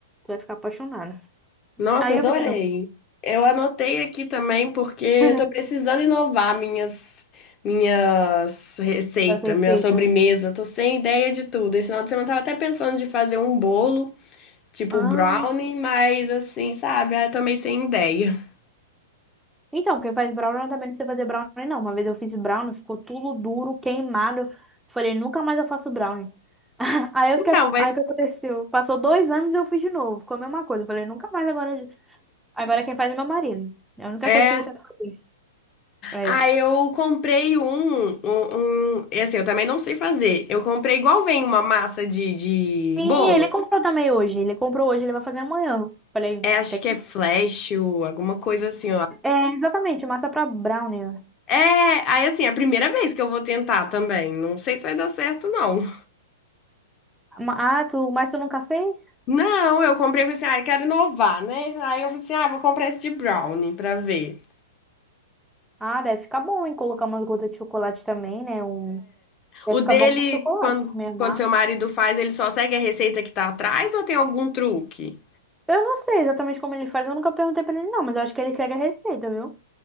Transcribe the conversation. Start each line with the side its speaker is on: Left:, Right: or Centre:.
Centre: vai ficar apaixonada.
Left: Nossa,
Centre: Aí,
Left: adorei.
Centre: eu menino,
Left: Eu anotei aqui também porque eu
Centre: <laughs>
Left: tô precisando inovar minhas minhas receitas,
Centre: das receitas.
Left: minha sobremesa. Eu Tô sem ideia de tudo. Esse final de semana eu tava até pensando de fazer um bolo, tipo
Centre: Ah,
Left: brownie, mas assim, sabe? Ah, eu tô meio sem ideia. <laughs>
Centre: então, quem faz brownie também não sei fazer brownie, não. Uma vez eu fiz brownie, ficou tudo duro, queimado. Falei, nunca mais eu faço brownie. <laughs> Aí o
Left: Então,
Centre: que,
Left: mas
Centre: aí o que aconteceu? Passou dois anos e eu fiz de novo. Ficou a mesma coisa. Falei, nunca mais agora. Agora quem faz é meu marido. É a única
Left: é.
Centre: coisa que ele sabe fazer. É.
Left: Ah, eu comprei um, um, um. e Assim, eu também não sei fazer. Eu comprei igual vem uma massa de, de
Centre: Sim,
Left: bolo.
Centre: ele comprou também hoje. Ele comprou hoje, ele vai fazer amanhã. Falei,
Left: É, acho
Centre: até que.
Left: que é flash, ou alguma coisa assim, ó.
Centre: É, exatamente, massa pra brownie. né?
Left: É, aí assim, é a primeira vez que eu vou tentar também. Não sei se vai dar certo, não.
Centre: Ma- Ah, tu, mas tu nunca fez?
Left: Não, eu comprei e falei assim, ah, eu quero inovar, né? Aí eu falei assim, ah, vou comprar esse de brownie pra ver.
Centre: Ah, deve ficar bom, hein? Colocar umas gotas de chocolate também, né? Um... Deve
Left: O
Centre: ficar
Left: dele,
Centre: bom com chocolate,
Left: quando,
Centre: meio amargo.
Left: quando seu marido faz, ele só segue a receita que tá atrás ou tem algum truque?
Centre: Eu não sei exatamente como ele faz, eu nunca perguntei pra ele, não, mas eu acho que ele segue a receita, viu?